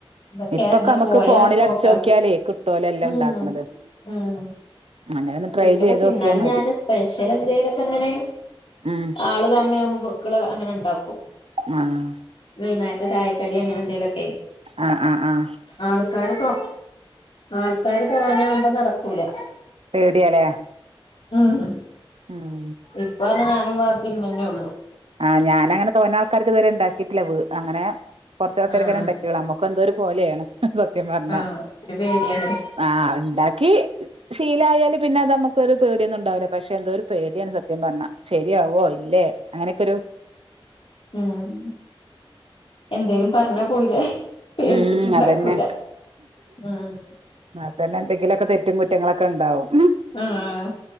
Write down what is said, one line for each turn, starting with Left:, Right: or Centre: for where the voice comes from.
Left: ഇതൊക്കെയായിരുന്ന
Right: ഇപ്പൊക്കെ നമുക്ക്
Left: പോയാ
Right: ഫോണിൽ
Left: ഒരു പോക്ക
Right: അടിച്ചോക്കിയാലേ കിട്ടോലോ എല്ലാം
Left: ഉം
Right: ഉണ്ടാക്കണത്
Left: ഉം
Right: അങ്ങനെ ഒന്ന്
Left: ഒറ്റയ്ക്ക്
Right: ട്രൈ ചെയ്ത്
Left: ചെന്നാലും
Right: നോക്കിയാ മതി
Left: ഞാൻ സ്പെഷ്യൽ എന്തെലൊക്കെ ഇങ്ങനെ
Right: ഉം
Left: ആള് കമ്മിയാകുമ്പോ. മക്കള് അങ്ങനെ ഒണ്ടാക്കും.
Right: ആഹ്
Left: വൈകുനേരത്തെ ചായക്കടി അങ്ങനെ എന്തെലൊക്കെ.
Right: ആഹ് ആഹ് ആഹ്
Left: ആൾക്കാര് തോ ആൾക്കാര് തോനെയാവുമ്പോ നടക്കുവല്ലോ
Right: പേടിയാലേ.
Left: ഉം
Right: ഉം
Left: ഇപ്പ ആന്ന് ഞാനും വാപ്പി ഉമ്മിന്നെള്ളു.
Right: ആ ഞാനങ്ങനെ തോനെ ആൾക്കാർക്ക് ഇതുവരെ ഒണ്ടാക്കിട്ടില്ല, അങ്ങനെ കൊറച്ച് ആൾക്കാർക്കെ
Left: ആഹ്
Right: ഒണ്ടാക്കിട്ടോള്ളു നമ്മക്ക്- ഇപ്പ എന്തോരു പോലെണ് സത്യം പറഞ്ഞാ.
Left: ആഹ് ഒരു പേടിയാണ്
Right: ആഹ് ഉണ്ടാക്കി ശീലായാല് പിന്നെ അത് നമുക്കൊരു പേടിയൊന്നും ഉണ്ടാവില്ല, പക്ഷെ എന്തോ ഒരു പേടിയാണ് സത്യം- സത്യം പറഞ്ഞ ശരിയാവോ ഇല്ലേ അങ്ങനെക്കെ ഒരു -
Left: ഉം എന്തേലും പറഞ്ഞാ പോയില്ലേ. പേടിച്ചിട്ട്
Right: ഉം
Left: ഉണ്ടാക്കുല
Right: അതന്നെ
Left: ഉം.
Right: ഇത് തന്നെ എന്തെങ്കിലൊക്കെ തെറ്റും കുറ്റങ്ങളൊക്കെ ഇണ്ടാവും.
Left: ആഹ്